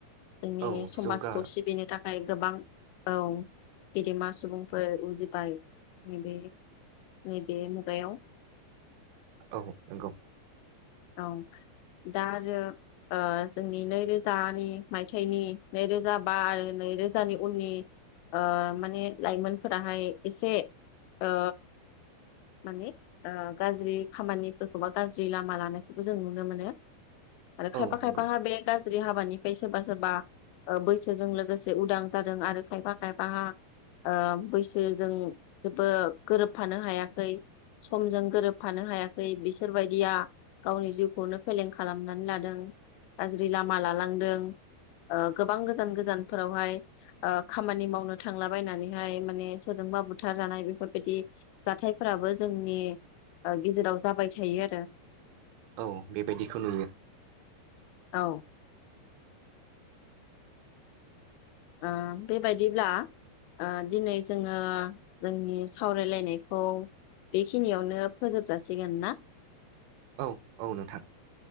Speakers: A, on the left (about 85°); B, on the right (about 85°).
A: जोंनि
B: औ
A: समाजखौ
B: जौगा
A: सिबिनो था नाय गोबां औ गेदेमा सुबुंफोर उजि बाय नैबे नैबे मुगायाव।
B: औ नंगौ।
A: औ दा आरो ओ जोंनि नैरोजानि मायथाइनि नैरोजा बा आरो नैरोजानि उननि ओ माने लाइमोनफोराहाय एसे ओ माने ओ गाज्रि खामानिफोरखौ बा गाज्रि लामा लानाय बो जों नुनो मोनो। आरो खायफा
B: औ
A: खायफाहा
B: नंगौ
A: बे गाज्रि हाबानि बै सोरबा सोरबा ओं बैसोजों लोगोसे उदां जादों आरो खायफा खायफाहा ओ बैसोजों जोब्बो गोरोब फानो हायाखै समजों गोरोबफानो हायाखै बिसोरबायदिया गावनि जिउखौनो फेलें खालामनानै लादों। गाज्रि लामा लालां दों। ओ गोबां गोजान गोजानफोरावहाय ओ खामानि मावनो थांलाबायनानैहाय माने सोरजोंबा बुथार जानाय बेफोरबायदि जाथायफोराबो जोंनि ओ गेजेराव जाबाय थायो आरो।
B: औ बेबायदिखौ नुयो।
A: औ। ओ बेबायदिब्ला ओं दिनै जोङो जोंनि सावरायलायनायखौ बेखिनियावनो फोजोबजासिगोन ना?
B: औ औ नोंथां।